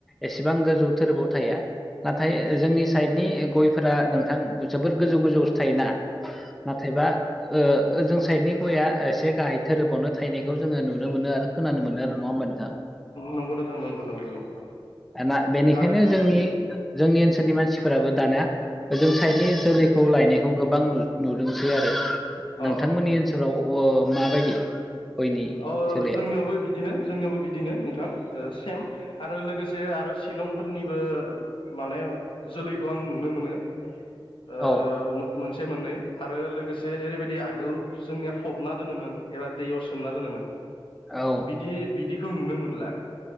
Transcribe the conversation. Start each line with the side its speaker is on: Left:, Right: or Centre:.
Centre: एसेबां गोजौ थोरोबाव थाया नाथाय जोंनि साइडनि गयफोरा नोंथां जोबोद गोजौ गोजौवावसो थायोना नाथायबा ओ ओजों साइडनि गया एसे गाहाय थोरोबावनो थायनायखौ जोङो नुनो मोनो आरो खोनानो मोनो आरो नङा होमबा नोंथां
Left: नंगौ नोंथां नंगौ नंगौ नंगौ
Centre: आना बेनिखायनो
Left: आरो
Centre: जोंनि जोंनि ओनसोलनि मानसि फोराबो दाना ओजों साइडनि जोलैखौ लायनायखौ गोबां नु नुदोंसै आरो नोंथांमोननि
Left: अ
Centre: ओनसोलाव ओ माबायदि गयनि
Left: ओ
Centre: जोलैया
Left: जोंनियावबो बि दिनो जोंनियावबो बिदिनो नोंथां ओ सेम आरो लोगोसे आरो शिलंफोरनिबो माने जोलैखौ आं नुनो मोनो ओ
Centre: औ
Left: मोनसे मोननै आरो लोगोसे ओरैबायदि आगोल जोंनिया फबना दोनोमोन एबा दैयाव सो सोमना दोनोमोन
Centre: औ
Left: बिदि बिदिखौ नुनो मोनला